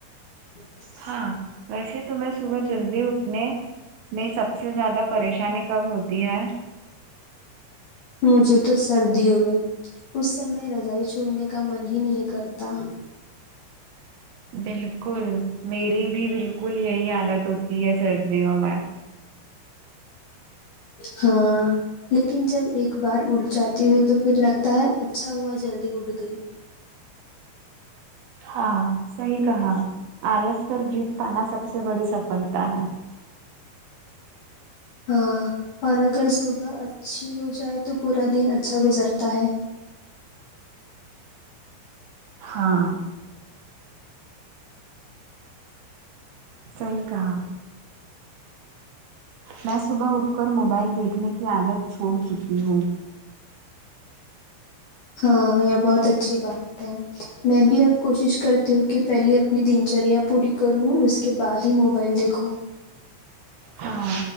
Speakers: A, on the left (about 50°); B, on the right (about 65°).
A: <inaudible>
B: ہاں ویسے تو میں صبح جلدی اٹھنے میں سب س سے زیادہ پریشانی کب ہوتی ہے
A: مجھے تو سردیوں میں اس سمے رضائی چھوڑنے کا من ہی نہیں کرتا
B: بالکل میری بھی بالکل یہی حالت ہوتی ہے سردیوں میں
A: ہاں لیکن جب ایک بار اڑ جاتی ہو ں تو پھر لگتا ہے اچھا ہوا جلدی اٹھ گئی
B: ہاں صحیح کہا آلس پر جیت پانا سب سے بڑی سفلتا ہے
A: ہاں اور اگر صبح اچھی ہو جائے تو پورا دن اچھا گزرتا ہے
B: ہاں صحیح کہا ہے میں صبح اٹھ کر موبائل دیکھنے کی عالت چھوڑ چکی ہوں
A: ہاں یہ بہت اچھی بات ہےمیں بھی اب کوشش کرتی ہوں کہ پہلے اپنی دنچریا پوری کروں اس کے بعد ہی موبائل دیکھو
B: ہاں